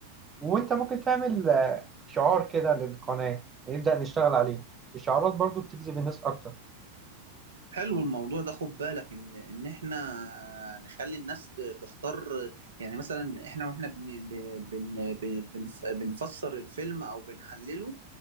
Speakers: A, on the right (about 20°); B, on the right (about 70°).
A: وأنت ممكن تعمل آه، شعار كده للقناة نبدأ نشتغل عليه الشعارات برضو بتجذب الناس أكتر
B: حلو الموضوع ده خد بالك ان ان احنا نخلي الناس ت- تختار يعني مثلا احنا واحنا بن ب- بن ب- بنف- بنفسر الفيلم او بنحلله